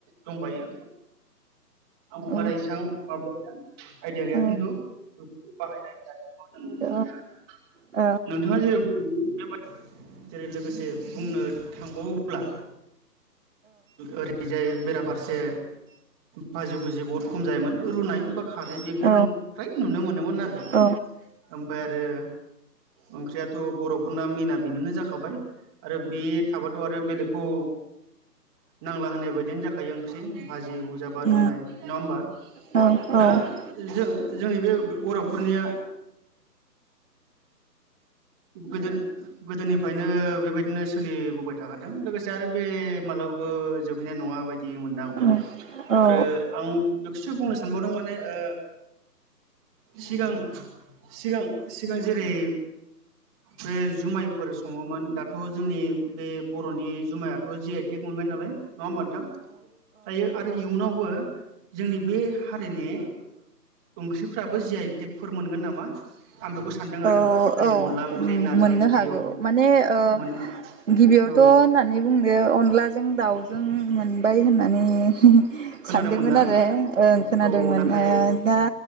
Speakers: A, in the centre; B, on the right.
A: दंबायो। आंखौ
B: औ
A: बारा इसबां माबाय आइदिया गैया
B: औ
A: खिन्थु बे बाहायनाय <unintelligible>
B: औ औ
A: <unintelligible> नोंथाङा जेराव बुं जेरै लोगोसे बुंनो थांबावोब्ला ओरैजाय बेराफारसे बाजि गुजि बहुद खम जायोमोन रुनाय बा खारै बेखौ
B: औ
A: फ्राय नुनो मोनोमोन आरो ।
B: औ
A: ओमफ्राय आरो ओंख्रिया' थ' बर'फोरना मेना बेनोनो जाखाबाय आरो बे थाबाथ' आरो बेलेगखौ नांला होनाय बायदियानो जाखायो ओंख्रि भाजि बुजाबा
B: उम
A: रुनाय नङा होमबा?
B: औ उम औ
A: दा
B: ओं
A: जों जोंनि बे बर'फोरनिया गोदो गोदोनिफ्रायनो बेबायदिनो सोलिबोबाय थाखादों लोगोसे आरो बे मालाबाबो जोबहैनाय नङा बायदि मोनदों आंबो
B: औ औ औ
A: आरो आं खौसो बुंनो सानबावदों माने ओ सिगां सिगां सिगां जेरै बे जुमायफोर सङोमोन दा दाथ' जोंनि बे बर'नि जुमायाथ' जि आइ टेक मोनबाय नालाय नङा होमबा नोंथां दायो आरो इयुनावबो जोंनि बे हारिनि ओंख्रिफ्राबो जि आइ टेकफोर मोनगोन नामा आं बेखौ सान्दों
B: औ
A: आरो जेरै
B: औ
A: अनला ओंख्रि नारजि
B: मोननो
A: ओंख्रि
B: हागौ
A: औ
B: माने ओ
A: मोन
B: गिबियावथ'
A: औ
B: होननानै बुंदो अनलाजों दाउजों मोनबाय होननानै
A: खोनादोंमोन
B: सानदोंमोन
A: ना
B: आरो ओ खोनादोंमोन
A: औ औ नाथाय
B: दा